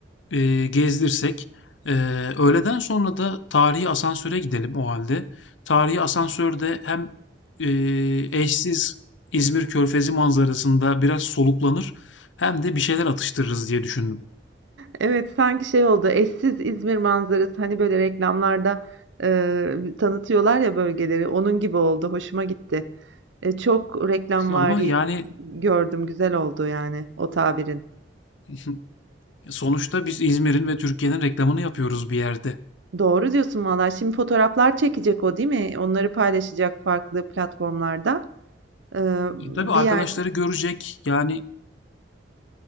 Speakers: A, on the left; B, on the right.
A: eee, gezdirsek. Eee, öğleden sonra da tarihi asansöre gidelim o halde. Tarihi asansörde hem eee, eşsiz İzmir Körfezi manzarasında biraz soluklanır hem de bir şeyler atıştırırız diye düşündüm.
B: Evet, sanki şey oldu. Eşsiz İzmir manzarası hani böyle reklamlarda e, tanıtıyorlar ya bölgeleri. Onun gibi oldu. Hoşuma gitti. E, çok reklamvari
A: Ama yani
B: gördüm. Güzel oldu yani o tabirin.
A: <laughs> sonuçta biz İzmir'in ve Türkiye'nin reklamını yapıyoruz bir yerde.
B: Doğru diyorsun valla. Şimdi fotoğraflar çekecek o değil mi? Onları paylaşacak farklı platformlarda. Ee,
A: E,
B: bir
A: tabii arkadaşları
B: yer
A: görecek yani